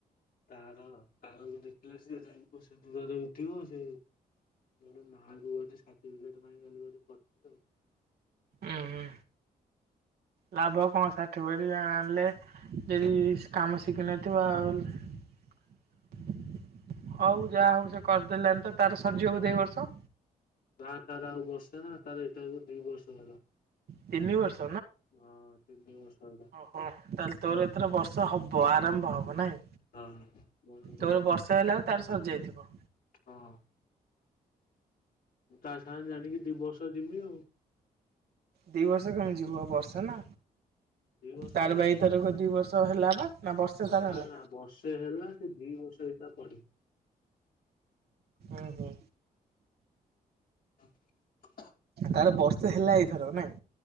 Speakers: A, on the left (about 65°); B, on the right (about 75°).
A: ତାର ତାରକୁ ଦେଖିଲେ ସିଏ ଯାଇ କୋସେ ଦୂରରେ ଉଠିବ ସେ ମୁଁ କହିଲି ନାଁ କୁ ଗୋଟେ ସାଟିଫିକେଟ ପାଇଁ ଖାଲି ଗୋଟେ କରୁଚି ଆଉ।
B: ଉଁ ହୁଁ ଲାଭ କଣ ସାର୍ଟିଫିକେଟ ଯା ଆଣିଲେ ଯଦି କାମ ଶିଖିନଥିବ ଆଉ ହଉ ଯାହା ହଉ ସେ କରିଦେଲଣି ତ ତାର ସରିଯିବ ବୋଧ ଏ ବର୍ଷ?
A: ନା ତାର ଆଉ ବର୍ଷେ ନା ତାର ଏଇଟାକୁ ଦି ବର୍ଷ ହେଲା।
B: ତିନି ବର୍ଷ
A: ହଁ ତିନି ବର୍ଷ ହେଲା।
B: ହଁ ତାହେଲେ ତୋର ଏଥର ବର୍ଷେ ହବ ଆରମ୍ଭ ହବ ନାଇଁ?
A: ହଁ ବହୁତ ନୂଆ
B: ତୋର ବର୍ଷେ ହେଲାକୁ ତାର ସରି ଯାଇଥିବ।
A: ହଁ। ତା ସାଙ୍ଗେ ଜାଣିକି ଦି ବର୍ଷ ଯିବି ଆଉ।
B: ଦିଇ ବର୍ଷ କେମିତି ଯିବୁ ବା ବର୍ଷା ନା
A: ଦି ବର୍ଷ
B: ତାର
A: ନା
B: ବା ଏଇ ଥରକ ଦୁଇ ବର୍ଷ ହେଲା ବା। ନା ବର୍ଷେ ତାର
A: ନା
B: ହେଲା
A: ନା ବର୍ଷେ ହେଲା ସେ ଦି ବର୍ଷ ହେଇ ତା ପଢିବ।
B: ଓହୋ।
A: ଆ କୋଥ
B: ତାର ବର୍ଷେ ହେଲା ଏଇଥରକ ନାଇଁ?